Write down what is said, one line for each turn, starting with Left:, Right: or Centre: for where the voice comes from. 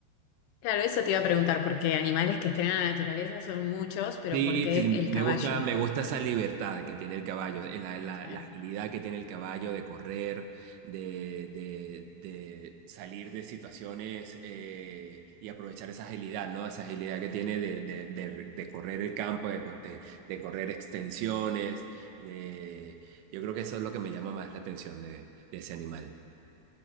Left: Claro, eso te iba a preguntar, porque animales que estén en la naturaleza son muchos, pero
Right: Sí,
Left: ¿por qué
Right: sí, me
Left: el caballo?
Right: gusta, me gusta esa libertad que tiene el caballo, eh, la, la-
Left: Claro,
Right: la agilidad que tiene el caballo de correr, de, de- de salir de situaciones eh, y aprovechar esa agilidad, ¿no? Esa agilidad que tiene de, de- de- de correr el campo, de, cor- de- de correr extensiones. De... Yo creo que eso es lo que me llama más la atención de, de ese animal.